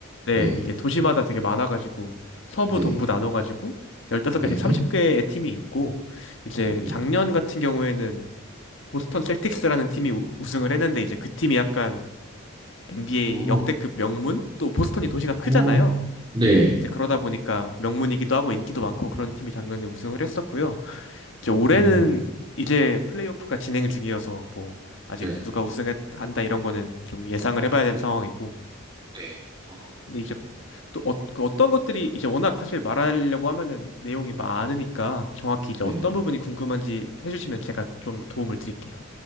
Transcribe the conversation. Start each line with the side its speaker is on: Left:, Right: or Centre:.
Left: 네,
Right: 네,
Left: 이게 도시마다 되게 많아가지고 서부
Right: 네,
Left: 동부 나눠가지고 15개씩
Right: 네,
Left: 30개의 팀이 있고 이제
Right: 네.
Left: 작년 같은 경우에는 보스턴 셀틱스라는 팀이 우- 우승을 했는데 이제 그 팀이 약간 NBA
Right: 어,
Left: 역대급 명문? 또 보스턴이 도시가 크잖아요.
Right: 어, 네.
Left: 이제 그러다 보니까 명문이기도 하고 인기도 많고 그런 팀이 작년에 우승을 했었고요. 이제
Right: 음,
Left: 올해는 이제 플레이오프가 진행 중이어서 뭐 아직
Right: 네,
Left: 누가 우승한다 이런 거는 좀 예상을 해봐야 되는 상황이고.
Right: 네, 어,
Left: 근데 이제 또 어, 그 어떤 것들이 이제 워낙 사실 말하려고 하면은 내용이 많으니까 정확히 이제
Right: 네.
Left: 어떤 부분이 궁금한지 해주시면 제가 좀 도움을 드릴게요.